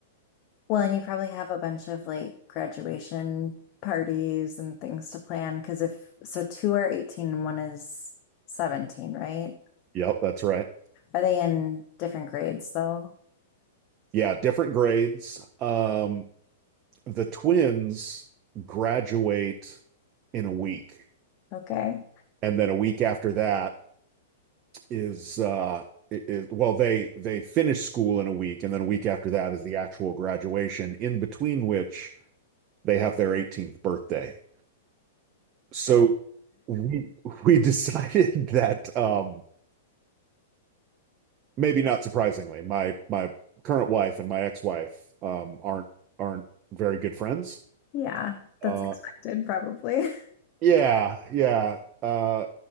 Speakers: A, on the left; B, on the right.
A: Well, and you probably have a bunch of like graduation parties and things to plan because if so two are 18 and one is 17, right?
B: Yep, that's right.
A: Are they in different grades though?
B: Yeah, different grades. Um, the twins graduate in a week,
A: Okay.
B: and then a week after that, is uh is well they they finish school in a week and then a week after that is the actual graduation in between which they have their 18th birthday. So we we <laughs> decided that um maybe not surprisingly my my current wife and my ex-wife um aren't aren't very good friends.
A: Yeah, that's
B: Uh
A: expected probably. <laughs>
B: yeah, yeah. Uh